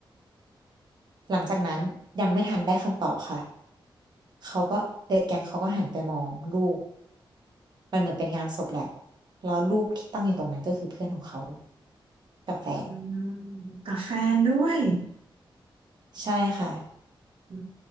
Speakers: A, on the right (about 55°); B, on the right (about 80°).
A: หลังจากนั้นยังไม่ทันได้คำตอบค่ะเขาก็เดดแกงเขาก็หันไปมองรูปมันเหมือนเป็นงานศพแหละแล้วรูปที่ตั้งอยู่ตรงนั้นก็คือเพื่อนของเขากับแฟน
B: อืมกับแฟนด้วย
A: ใช่ค่ะ
B: อื